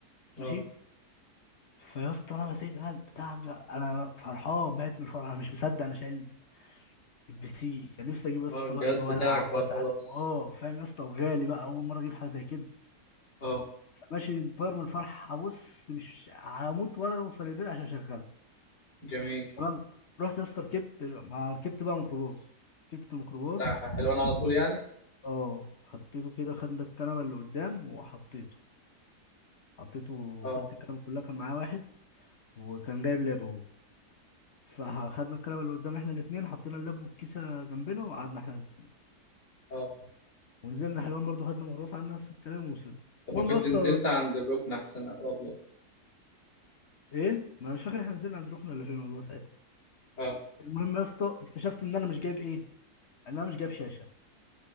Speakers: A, on the left; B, on the left.
A: اه
B: ماشي فيا اسطى انا ماسكها البتاع ده، انا فرحان ميت من الفرح انا مش مصدق انا شايل البي سي كان نفسي اجيب يا اسطى
A: اه الجهاز
B: بقى اللي هو
A: بتاعك
B: العب
A: بقى
B: واتعلم
A: خلاص
B: اه فاهم يا اسطى وغالي بقى اول مره اجيب حاجه زي كده
A: اه
B: ماشي طاير من الفرح هبص مش هموت وانا اوصل البيت عشان اشغله
A: جميل
B: تمام رحت يا اسطى ركبت ما ركبت بقى ميكروباص ركبت ميكروباص
A: بتاع حلوان على طول يعني
B: اه حطيته كده خدنا الكنبه اللي قدام وحطيته حطيته
A: اه
B: خدت الكنبه كلها كان معايا واحد وكان جايب لاب هو فخدنا الكنبه اللي قدام احنا الاثنين حطينا اللاب والكيسه جنبنا وقعدنا احنا الاثنين
A: اه
B: ونزلنا حلوان برضو خدنا ميكروباص على نفس الكلام ووصلنا
A: طب ما
B: المهم
A: كنت
B: يا اسطى
A: نزلت عند الركن احسن اقرب لك
B: ايه ما أنا مش فاكر احنا نزلنا عند ركن ولا فين والله ساعتها
A: اه
B: المهم يا اسطى اكتشفت ان انا مش جايب ايه ان انا مش جايب شاشه